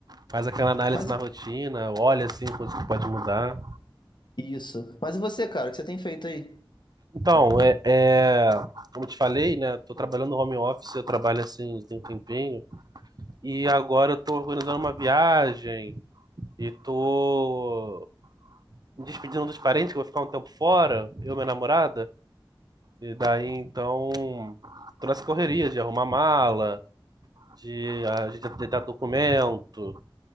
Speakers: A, on the right; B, on the left.
A: faz aquela análise
B: Mas
A: na rotina, olha assim coisas que pode mudar.
B: e- isso. Mas e você, cara, o que você tem feito aí?
A: Então, é, é, como eu te falei, né? Tô trabalhando no home office, eu trabalho assim tem um tempinho. E agora eu tô organizando uma viagem e tô me despedindo dos parentes, que eu vou ficar um tempo fora, eu e minha namorada. E daí, então, tô nessa correria de arrumar mala, de ajeitar documento.